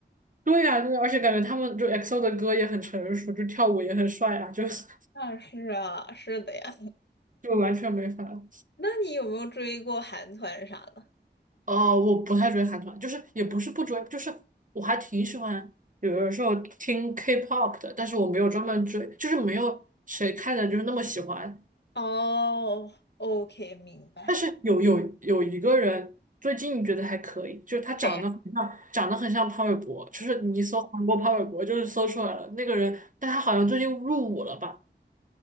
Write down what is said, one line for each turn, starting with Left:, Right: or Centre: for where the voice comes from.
Right: 对呀、对呀，而且感觉他们就 XO 的歌也很成熟，就跳舞也很帅啊，就是
Left: <laughs> 啊是啊是的呀。
Right: <laughs> 就完全没法。
Left: 那你有没有追过韩团啥的？
Right: 哦，我不太追韩团，就是也不是不追，就是我还挺喜欢，有的时候听 K-pop 的，但是我没有专门追，就是没有谁看的就是那么喜欢。
Left: 哦，OK，明白。
Right: 但是有有有一个人最近觉得还可以，就是他长得很像，
Left: 谁呀？
Right: 长得很像潘玮柏，就是你一搜韩国潘玮柏就是搜出来了那个人，但他好像最近入伍了吧？